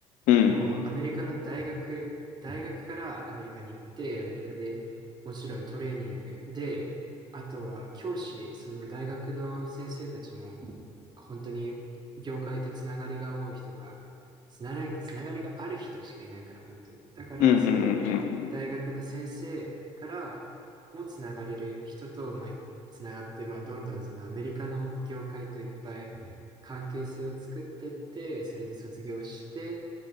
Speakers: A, on the left; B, on the right.
A: うん
B: もうアメリカの大学、大学からアメリカに行って、アメリカでもちろんトレーニングで、あとは教師、その大学の先生たちも、本当に業界とつながりが多い人が、つながり、つながりがある人しかいないから、本当に。だから、
A: うんうんうん。
B: そういう大学の先生からもつながれる人と、まあ、つながって、まあ、どんどんそのアメリカの業界といっぱい関係性を作ってって、それで卒業して、